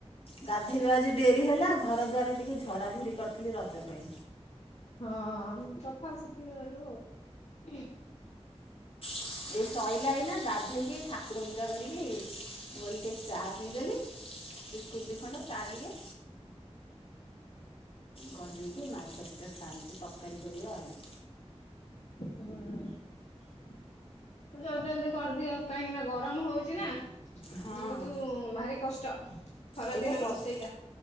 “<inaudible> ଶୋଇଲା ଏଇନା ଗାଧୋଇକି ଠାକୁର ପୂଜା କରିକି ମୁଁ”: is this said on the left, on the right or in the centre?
Left